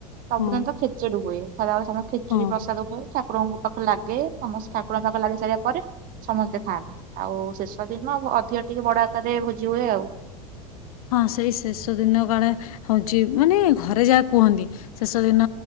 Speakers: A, on the right; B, on the left.
A: ସବୁଦିନ
B: ହଁ
A: ତ ଖିଚୁଡ଼ି ହୁଏ। ଖରା ବେଳେ ସଵୁ ଖିଚିଢ଼ି
B: ହଁ।
A: ପ୍ରସଦ ହୁଏ ଠା ଠାକୁରଙ୍କ ପାଖେ ଲାଗେ ସମସ୍ତେ ଠାକୁରଙ୍କ ପାଖେ ଲାଗି ସାରିବା ପରେ ସମସ୍ତେ ଖାଆନ୍ତି ଆଉ ଶେଷ ଦିନ ଅଧିକ ଟିକେ ବଡ ଆକାରରେ ଭୋଜି ହୁଏ ଆଉ।
B: ହଁ ସେଇ ଶେଷ ଦିନ କାଳେ ହଉଛି ମାନେ ଘରେ ଯାହା କୁହନ୍ତି ଶେଷ ଦିନ